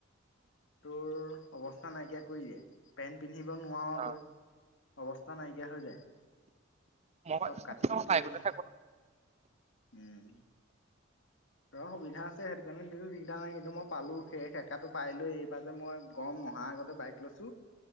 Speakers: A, on the left; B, on the right.
A: তোৰ অৱস্থা নাইকিয়া কৰি দিয়ে। পেন পি পিন্ধিব নোৱাৰ
B: অ
A: তই, অৱস্থা নাইকিয়া হৈ যায়।
B: মই বাইকতে
A: চব কাটি কুটি এখন,
B: থাকো
A: উম। ৰ সুবিধা আছে সেইটো কাৰণেটো দিগদাৰ নাই, কিন্তু মই পালো। সেই সেকাটো পাই লৈ এইবাৰ যে মই গম নহা আগতে বাইক লৈছো